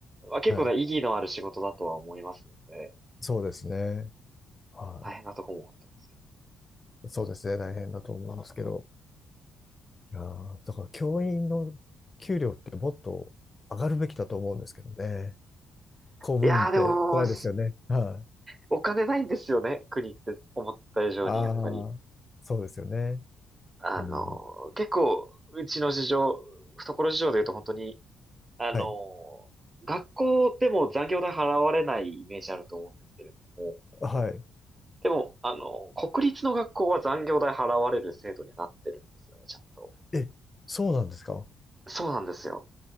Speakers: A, on the right; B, on the left.
A: まあ結構な意義のある仕事だとは思いますので、
B: はい。そうですね。は
A: 大変なとこも思ってますけど。
B: い。そうですね。大変だと思いますけど。いやーだから教員の給料ってもっと上がるべきだと思うんですけどね。公務員って辛いですよね。
A: いやー、でも、
B: はい。
A: お金ないんですよね、国って思った以上に、
B: ああ、
A: やっぱり。
B: そうですよね。
A: あの、
B: うん。
A: 結構、うちの事情、懐事情で言うと本当に、あの、
B: はい。
A: 学校でも残業代払われないイメージあると思うんですけれども、
B: はい。
A: でも、あの、国立の学校は残業代払われる制度にはなってるんですよね、ちゃんと。
B: え、そうなんですか
A: そうなんですよ。